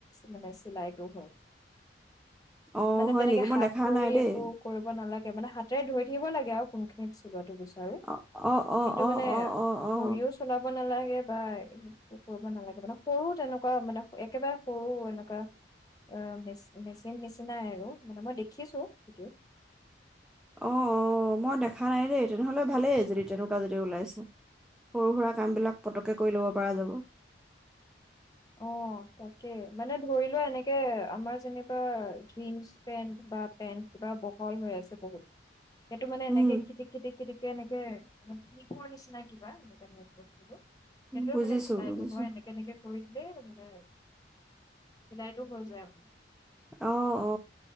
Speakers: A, on the left; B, in the centre.
A: মানে চিলাইটো হ'ল।
B: অ',
A: মানে
B: হয়
A: তেনেকে
B: নেকি? মই
A: হাত
B: দেখা
A: ভৰি
B: নাই দেই।
A: একো কৰিব নালাগে। মানে হাতে ধৰি থাকিব লাগে আৰু কোনখনিনি চিলত বিচাৰো
B: অ', অ', অ',
A: কিন্তু
B: অ',
A: মানে
B: অ', অ', অ',
A: ভৰিও চলাব নালাগে। সেই বাই কৰিব নালাগে। মানে সৰু তেনেকুৱা মানে একেবাৰে সৰু এনেকুৱা মেচিন নিচিনাই আৰু মানে মই দেখিছোঁ ভিডিঅ'।
B: অ, 'অ, ' মই দেখা নাই দেই। তেনেহলে ভালেই যদি তেনেকুৱা যদি ওলাইছে। সৰু সুৰা কাম বিলাক পতকে কৰি ল'ব পৰা যাব।
A: অ, তাকে মানে ধৰি লোৱা এনেকে আমাৰ যেনিবা জিন্চ পেণ্ট বা পেণ্ট কিবা বহল হৈ আছে বহুত। সেইটো মানে
B: উম,
A: এনেকে খিতিক খিতিক খিতিক এনেকে, প নিচিনা কিবা সনেকে বস্তুটো সেইটয়ে
B: বুজিছো
A: মানে চিলাইটো
B: বুজিছো।
A: হয় এনেকে, এনেকে কৰি। দেই মানে চিলাইতটো হৈ যায় মানে।
B: অ, 'অ।